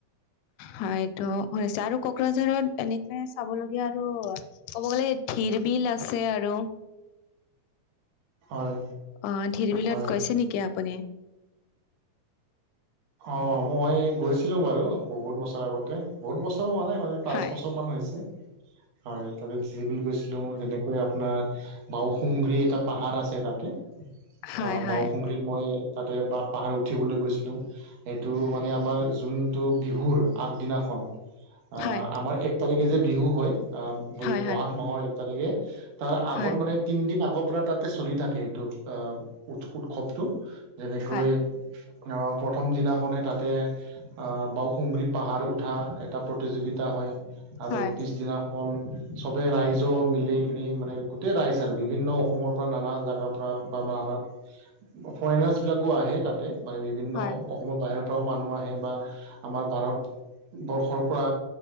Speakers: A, on the left; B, on the right.
A: হয় এইটো শুনিছে আৰু কক কোকৰাঝাৰত এনেকে চাবলগীয়া আৰু ক'ব গ'লে ধিৰ বিল আছে আৰু
B: হয়
A: অ' ধিৰ বিলত
B: হয়
A: গৈছে নেকি আপুনি?
B: অ' মই গৈছিলো বাৰু, বহুত বছৰ আগতে বহুত বছৰ হোৱা নাই ইমান। পাঁচ
A: হয়
B: বছৰ মান হৈছে, হয় তাতে ধিৰ বিল গৈছিলো মই বেলেগ আপোনাৰ বাওসুংগী এটা পাহাৰ আছে তাতে,
A: হয়
B: আ'
A: হয়
B: বাওসুংগী মই তাতে বা পাহাৰ উঠিবলৈ গৈছিলোঁ। তো মানে আমাৰ যোনটো বিহুৰ আগদিনাখন অ'
A: হয়
B: আমাৰ এক এক তাৰিখে যে বিহু হয়, অ' বৈ'
A: হয়
B: বহাগ
A: হয়
B: মাহৰ এক তাৰিখে তাৰ আগত
A: হয়
B: মানে তিনদিন আগৰ পৰা তাতে চলি থাকে, এইটো আ' উৎসৱটো যেনেকৈ
A: হয়
B: অ' প্ৰথম দিনাখনে তাতে অ' বাওসুংগী পাহাৰ উঠা, এটা প্ৰতিযোগিতা হয় আৰু
A: হয়
B: পিছদিনাখন চবে ৰাইজ মিলি কিনি মানে গোটেই ৰাইজ আৰু বিভিন্ন অসমৰ পৰা নানা জাগা থোৱা বা মাৰাত সৌন্যাস বিলাকো আহে তাতে মানে বিভিন্ন
A: হয়
B: অসমৰ বাহিৰৰ পৰাও মানুহ আহে বা আমাৰ ভাৰতবৰ্ষৰ পৰা